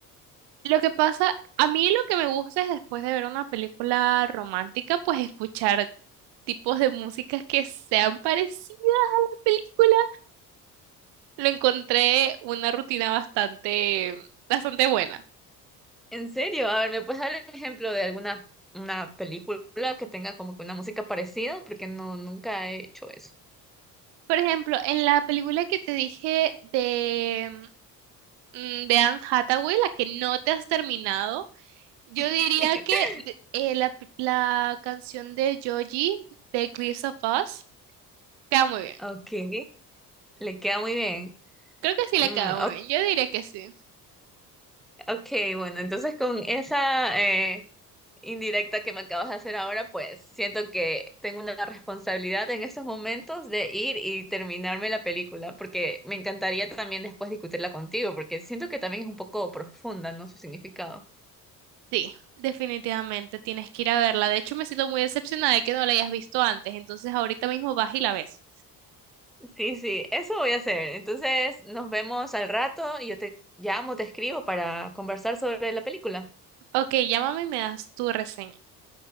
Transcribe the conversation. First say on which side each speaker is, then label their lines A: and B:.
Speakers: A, on the right; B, in the centre.
A: Lo que pasa, a mí lo que me gusta es después de ver una película romántica, pues escuchar tipos de músicas que sean parecidas a la película. lo encontré una rutina bastante, bastante buena.
B: En serio, a ver, ¿me puedes dar el ejemplo de alguna una película que tenga como que una música parecida? Porque no, nunca he hecho eso.
A: Por ejemplo, en la película que te dije de, mm, de Anne Hathaway, la que no te has terminado, yo diría
B: <laughs>
A: que de- eh, la, p- la canción de Joji de Cliffs of Us queda muy bien.
B: Ok, le queda muy bien.
A: Creo que sí
B: Mm,
A: le queda muy
B: ok,
A: bien. Yo diría que sí.
B: ok, bueno, entonces con esa eh, indirecta que me acabas de hacer ahora, pues siento que tengo una responsabilidad en estos momentos de ir y terminarme la película, porque me encantaría también después discutirla contigo, porque siento que también es un poco profunda, ¿no? Su significado.
A: Sí, definitivamente tienes que ir a verla. De hecho, me siento muy decepcionada de que no la hayas visto antes. Entonces, ahorita mismo vas y la ves.
B: Sí, sí, eso voy a hacer. Entonces nos vemos al rato y yo te llamo, te escribo para conversar sobre la película.
A: Ok, llámame y me das tu reseña.